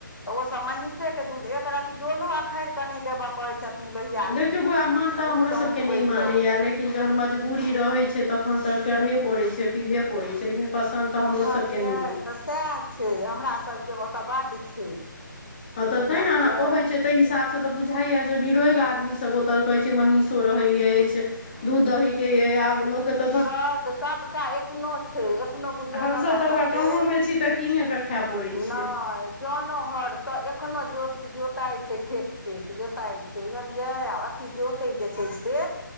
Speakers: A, on the left; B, on the left.
A: ओ सब महींषे के दूध एक रति डोलो अखड़ के ने देबे पर। छथिन लोहियामे
B: देखियौ बौआ मन तऽ
A: दूध
B: हमरो सभके
A: औटबै
B: नहि मानैए
A: तऽ।
B: लेकिन जहन मजबूरी रहै छै तखन तऽ करहे पड़ै छै पीबहे पड़ै छै लेकिन पसन्द तऽ हमरो
A: बुझलियै
B: सभके नहि अइ
A: तऽ सएह छै हमरा सभ के ओतय बड्ड छै।
B: हँ तऽ
A: बुझलियै
B: तें ने अहाँ कहै छिय ताहि हिसाब से तऽ बुझाया जे निरोग आदमीसभ ओतऽ कहै छै महीष। रहै अछि दूध दही के य आब लोक के तऽ दूध
A: अत सब टा एखनो छै एखनो बुझियौ
B: हमसभ
A: जे हमरा
B: तऽ बौआ
A: सबके
B: गाँवोमे छी तऽ कीने कऽ खाय पड़ैत छै
A: नहि। जनो हरसँ एखनो जोति जोताइ छै खेत तेत जोताइ छै बुझलियै आ जोते जे छै से